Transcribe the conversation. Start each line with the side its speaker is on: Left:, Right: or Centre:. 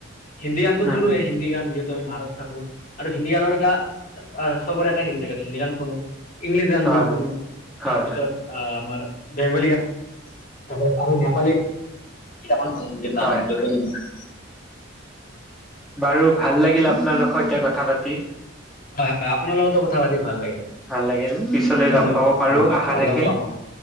Left: হিন্দী গানটো
Centre: উম
Left: শুনোয়ে
Centre: উম
Left: গান যহ আমি ভাৰতত থাকো আৰু হিন্দী গানৰ এটা চবৰে এটা হেৰি থাকে হিন্দী গান শুনো। ইংলিচ গান
Centre: হয়
Left: বোৰ শুনো
Centre: হয় হয়
Left: তাৰপিছত
Centre: হয়
Left: আ আমাৰ। বেংগলী গান আৰু নেপালী এতিয়া আকৌ হলগে জনো
Centre: হয়
Left: <unintelligible>
Centre: হয়। বাৰু ভাল লাগিল আপোনালোকৰ সৈতে কথা পাতি
Left: হয় হয় আপোনাৰ লগতো কথা পাতি ভাল লাগিল
Centre: ভাল লাগিল পিছলৈ
Left: ধন্যবাদ
Centre: লগ পাব পাৰো আশা
Left: অ
Centre: থাকিল
Left: লগ পাম অ